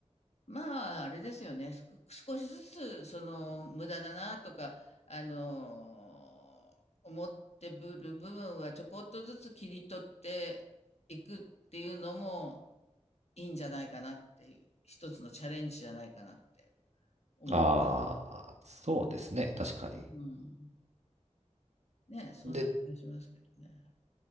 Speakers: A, on the left; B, on the right.
A: まあ、あれですよね。す少しずつ、その、無駄だなとか、あのー思ってぶる部分はちょこっとずつ切り取っていくっていうのもいいんじゃないかなっていう、一つのチャレンジじゃないかなって思うんです。
B: ああ、そうですね、確かに。
A: うん。ね、そんな気がしますけどね。
B: で、